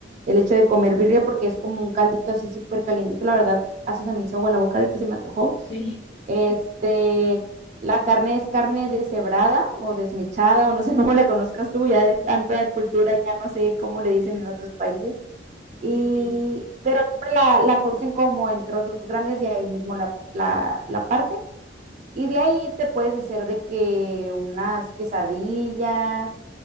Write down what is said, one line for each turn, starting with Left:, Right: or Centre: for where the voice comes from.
Right: el hecho de comer birria porque es como un caldito así súper calientito, la verdad, hasta se me hizo agua la boca de que se me antojó.
Left: Sí,
Right: Este, la carne es carne deshebrada o desmechada o no sé <laughs> cómo
Left: sí,
Right: la conozcas tú, ya de
Left: sí.
Right: tanta
Left: Sí,
Right: cultura, ya no sé cómo le dicen
Left: <laughs>
Right: en otros países
Left: sí,
Right: y,
Left: sí.
Right: pero siempre la, la cocen como en trozos grandes y ahí mismo la, la, la parten. Y de ahí te puedes hacer de que unas quesadillas,